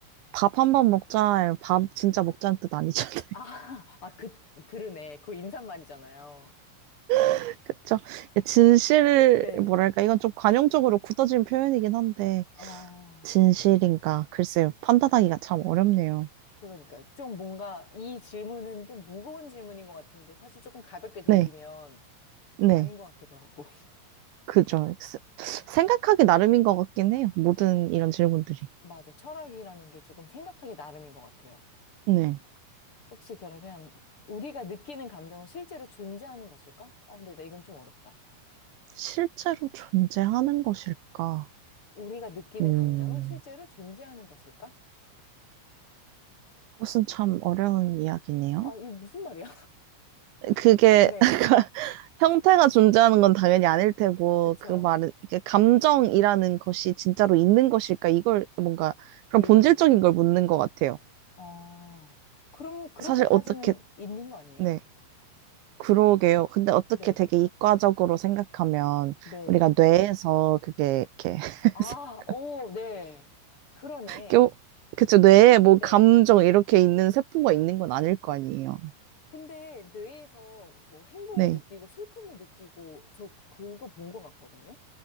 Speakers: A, on the right; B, on the left.
A: 밥 한 번 먹자, 밥 진짜 먹자는 뜻 아니잖아요.
B: 아, <laughs> 아, 그, 그러네. 그 인사말이잖아요.
A: <laughs> 그쵸? 진실,
B: 네.
A: 뭐랄까, 이건 좀 관용적으로 굳어진 표현이긴 한데,
B: 어,
A: 진실인가? 글쎄요, 판단하기가 참 어렵네요.
B: 그러니까. 좀 뭔가 이 질문은 좀 무거운 질문인 것 같은데, 사실 조금 가볍게 돌리면
A: 네, 네,
B: 아닌 것 같기도 하고.
A: 그죠. 스- 생각하기 나름인 것 같긴 해요. 모든
B: <laughs>
A: 이런 질문들이.
B: 맞아. 철학이라는 게 조금 생각하기 나름인 것 같아요.
A: 네.
B: 혹시 그러면 우리가 느끼는 감정은 실제로 존재하는 것일까? 어, 근데 나 이건 좀 어렵다.
A: 실제로 존재하는 것일까?
B: 우리가 느끼는
A: 음,
B: 감정은 실제로 존재하는 것일까?
A: 그것은 참 어려운 이야기네요.
B: 아, 이거 무슨 말이야?
A: 그게
B: <laughs> 네,
A: 형태가 존재하는 건 당연히 아닐 테고,
B: 그쵸.
A: 그 말은, 이게 감정이라는 것이 진짜로 있는 것일까? 이걸 뭔가, 그런
B: 얘기하는
A: 본질적인
B: 건가?
A: 걸 묻는 것 같아요.
B: 어, 그럼 그렇게
A: 사실
B: 따지면
A: 어떻게,
B: 있는 거 아니에요?
A: 네, 그러게요. 근데 어떻게
B: 네,
A: 되게 이과적으로 생각하면,
B: 네.
A: 우리가 뇌에서 그게 이렇게, <laughs>
B: 아, 오, 네. 그러네.
A: 껴, 그쵸, 뇌에 뭐
B: 네.
A: 감정 이렇게 있는 세포가 있는 건 아닐 거 아니에요.
B: 근데 뇌에서 뭐 행복을
A: 네.
B: 느끼고 슬픔을 느끼고 저 그거 본 것 같거든요.